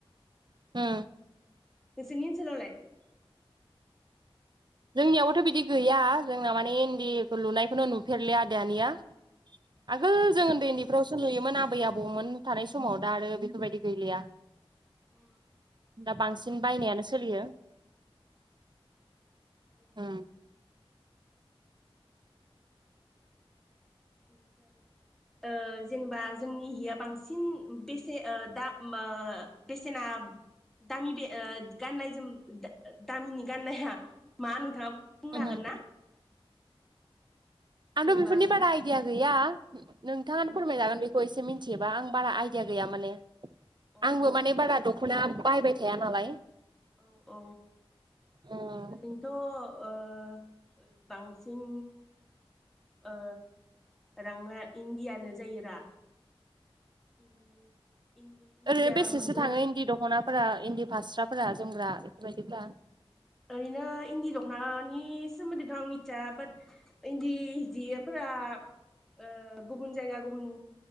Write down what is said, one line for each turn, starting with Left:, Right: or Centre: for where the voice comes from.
Right: उम
Centre: नोंसिनि ओनसोलाव लाय
Right: जोंनियावबोथ' बिदि गैया जोंना माने इन्दिखौ लुनायखौनो नुफेरलि आ दानिया आगोल जों उन्दै उन्दैफ्रावसो नुयोमोन आबै आबौमोन थानाय समाव दा आरो बेफोरबायदि गैलिया
Centre: उ
Right: दा बांसिन बायनायानो सोलियो
Centre: औ नोसै
Right: उम
Centre: बेख बिनिफ्राय जेनेबा जोंनि हिया बांसिन बेसे दा बेसेना दामि बे गाननाय जोम दामिनि गाननाया मा नोंथाङा बुंनो
Right: उमहो
Centre: हागोन ना
Right: आं बेफोरनि
Centre: जेनेबा अ
Right: बा आयदिया गैया नोंथाङानो फोरमायजागोन बेखौ एसे मिथिबा आं बारा आइदिया गैया माने
Centre: औ
Right: आंबो माने बारा दख'ना बायबाय थाया नालाय
Centre: औ औ
Right: उम
Centre: ओरैनोथ' बांसिन। ओ राङा इणडियानो जायोरा। इन्दि इन्दि इन्दिया
Right: ओरैनो बेसेसो
Centre: मोनो
Right: थाङो इन्दि दख'ना। फोरा इन्दि फास्राफोरा जोमग्रा बेफोरबायदिफोरा।
Centre: इदिनो इन्दि दख'नानि सोमोन्दैथ' आं मिथिया बाट इन्दि जियोफोरा। ओ गुबुन जायगा गुबुन।